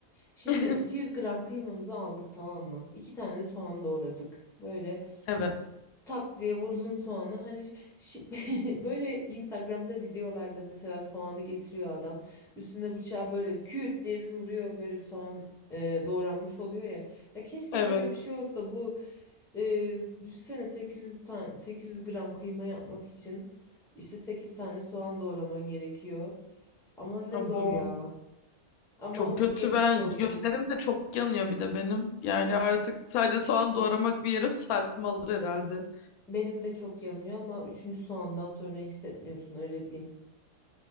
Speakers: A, in the centre; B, on the left (about 85°).
A: Şimdi
B: <laughs>
A: 200 gram kıymamızı aldık tamam mı? iki tane soğan doğradık. Böyle
B: Evet.
A: tak diye vurdun soğanı. Hani şi- <laughs> böyle Instagram'da videolarda mesela soğanı getiriyor adam. Üstüne bıçağı böyle küt diye bir vuruyor. Böyle bir soğan e, doğranmış oluyor ya. Ya keşke
B: Evet.
A: böyle bir şey olsa da bu e, düşünsene 800 tane 800 gram kıyma yapmak için işte 8 tane soğan doğraman gerekiyor. Ama ne
B: Abo.
A: zor ya. Ama
B: Çok kötü
A: geçmiş
B: ben
A: olsun.
B: gözlerim de çok yanıyor bir de benim. Yani artık sadece soğan doğramak bir yarım <laughs> saatimi alır herhalde.
A: Benim de çok yanıyor ama üçüncü soğandan sonra hissetmiyorsun öyle diyeyim.